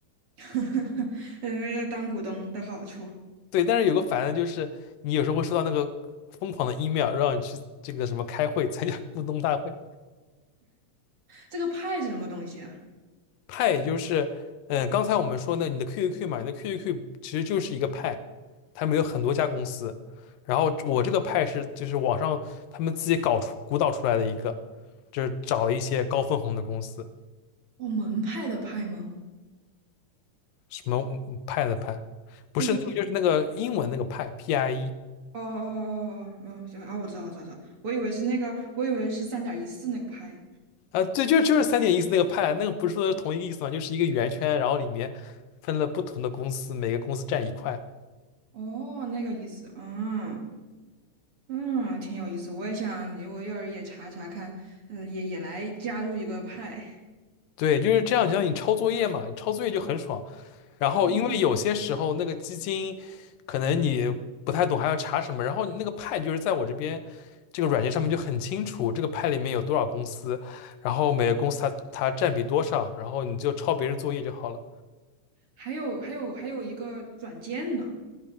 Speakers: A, on the right; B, on the left.
A: <laughs> 呃，当股东的好处。
B: 对，但是有个烦的就是，你有时候会收到那个疯狂的 email，让你去这个什么开会参加 <laughs> 股东大会，
A: 这个派是什么东西啊？
B: 派就是，嗯，刚才我们说呢，你的 QQQ 嘛，你的 QQQ 其实就是一个派，他们有很多家公司，然后我这个派是就是网上他们自己搞出鼓捣出来的一个，就是找了一些高分红的公司，
A: 哦，门派的派吗？
B: 什么派的派，不是那个就是那个英文那个派
A: 就是派
B: PIE
A: 哦哦哦哦哦，行哦，我知道我知道知道，我以为是那个，我以为是三点一四那个派。
B: 啊，呃对，就就是三点意思那个派，那个不是说同一个意思嘛，就是一个圆圈，然后里面分了不同的公司，每个公司占一块。
A: 哦，那个意思，嗯，嗯，挺有意思，我也想，我一会儿也查查看，嗯，也也来加入一个派。
B: 对，就是这样，就像你抄作业嘛，抄作业就很爽。然后，
A: 嗯，
B: 因为有些时候那个基金，可能你不太懂还要查什么，然后那个派就是在我这边这个软件上面就很清楚，这个派里面有多少公司，然后每个公司它它占比多少，然后你就抄别人作业就好了。
A: 还有还有还有一个软件呢，